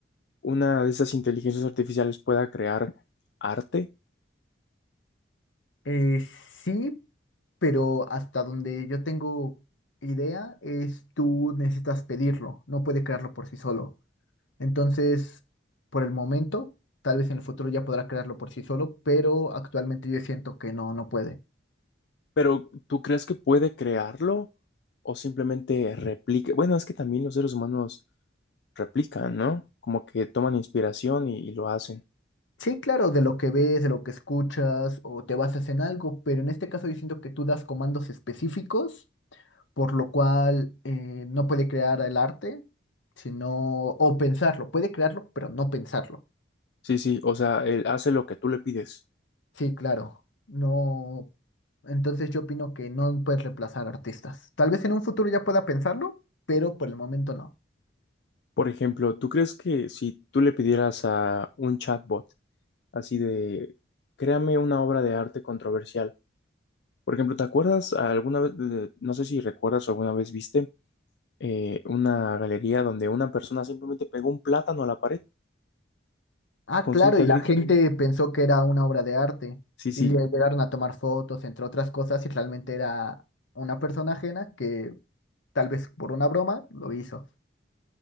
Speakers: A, on the left; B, on the left.
A: una de esas inteligencias artificiales pueda crear arte,
B: Eh, sí, pero hasta donde yo tengo idea es tú necesitas pedirlo, no puede crearlo por sí solo. Entonces, por el momento, tal vez en el futuro ya podrá crearlo por sí solo, pero actualmente yo siento que no, no puede.
A: pero ¿tú crees que puede crearlo o simplemente replica? Bueno, es que también los seres humanos replican, ¿no? Como que toman inspiración y, y lo hacen.
B: Sí, claro, de lo que ves, de lo que escuchas o te basas en algo, pero en este caso yo siento que tú das comandos específicos, por lo cual eh, no puede crear el arte, sino, o pensarlo, puede crearlo, pero no pensarlo.
A: Sí, sí, o sea, él hace lo que tú le pides.
B: Sí, claro, no. Entonces yo opino que no puedes reemplazar artistas. Tal vez en un futuro ya pueda pensarlo, pero por el momento no.
A: Por ejemplo, ¿tú crees que si tú le pidieras a un chatbot así de, créame una obra de arte controversial? Por ejemplo, ¿te acuerdas alguna vez, de- no sé si recuerdas o alguna vez viste eh, una galería donde una persona simplemente pegó un plátano a la pared
B: Ah,
A: con
B: claro,
A: cinta
B: y
A: gris.
B: la gente pensó que era una obra de arte.
A: Sí, sí,
B: Y le llegaron a tomar fotos, entre otras cosas, y realmente era una persona ajena que tal vez por una broma lo hizo.